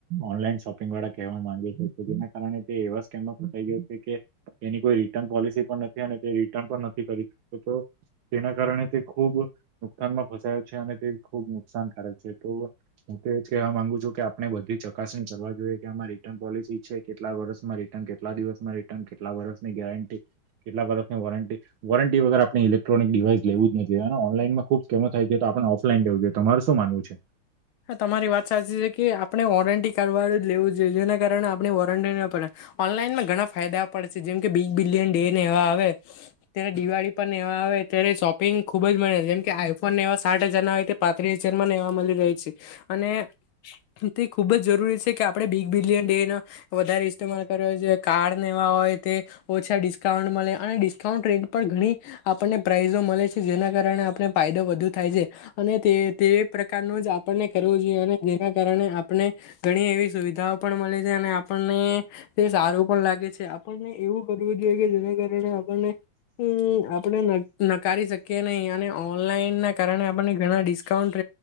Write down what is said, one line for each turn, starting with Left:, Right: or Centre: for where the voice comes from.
Right: ઓનલાન શોપિંગ વાળા કેવા માંગે કાર તે એવા સ્કેમાં ફસાઈ ગયા છે કે એની કોઈ રિટર્ન પોલિસી પણ નથી અને તે રિટર્ન પણ નથી કરી શકતો તેના કારણે તે ખૂબ નુકસાનમાં ફસાયો છે. અને તે ખૂબ નુકસાનકારક છે તો હું તો એજ કવા માંગુ છું કે આપણે બધી ચકાસણી કરવા જોઈએ કે આમાં રિટર્ન પોલિસી છે કેટલા વર્ષમાં રિટર્ન કેટલા દિવસમાં રિટર્ન કેટલા વર્ષની ગેરંટી કેટલા વર્ષ વોરંટી વોરંટી વગર આપણે ઇક્ટ્રોનિક ડિવાઈ લેવું જ ન જોઈએ અને ઓનલાઈનમાં ખુબ કેમો થાય છે તો આપણે ઓફઈન તમારે શું માનવું છે.
Left: તમારી વાત સાચી છે કે આપણે વોરંટી લેવું જોઈએ જેના કારણે આપણે વોરંટી ના પડે ઓનલાઈનમાં ઘણા ફાયદા પડે છે જેમ કે બીગ બિલિયન ડે ને એવા આવે ત્યારે દિવાળી પર એવા આવે ત્યારે શોપિંગ ખુબ જ મળે છે જેમ કે આઈફોન ને એવા સાઠ હજાર ના આવે તે પાંત્રીસ હજાર મળી જાય છે અને તે ખૂબ જ જરૂરી છે કે આપણે બિગ બિલિયન ડે ન વધારે ઇસ્માલ કરવો જોઈએ કાર્ડ એવા હોય તે ઓછા ડિસ્કાઉન્ટ મળે અને ડિકાઉ ર્રેડ પણ ઘણી આપણને પ્રાાઈઝો મળે છે જેના કારણે આપણે ફાયદો વધુ થાય છે. અને તે તે પ્રકારનું જ આપણને કરવું જોઈએ અને જેના કારણે આપણે ઘણી એવી સુવિધાઓ પણ મળે છે અને આપણને તે સારું પણ લાગે છે આપણને એવું કરવું જોઈએ કે જેના કારણે આપણને હમ આપણે નકારી શકીએ નહી અને ઓનલાઈન ના કારણે આપને ઘણા ડિસ્કાઉન્ટ